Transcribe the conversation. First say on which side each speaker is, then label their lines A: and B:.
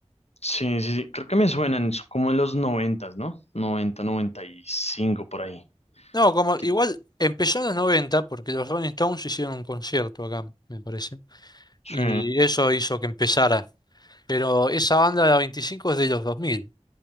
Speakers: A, on the left (about 65°); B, on the left (about 35°).
A: Sí, sí, sí, creo que me suenan son como en los noventas, ¿no? noventa noventa y cinco por ahí.
B: No, como
A: Que-
B: igual empezó en los 90, porque los Rolling Stones hicieron un concierto acá, me parece,
A: sí,
B: y eso hizo que empezara, pero esa banda La 25 es de los 2000,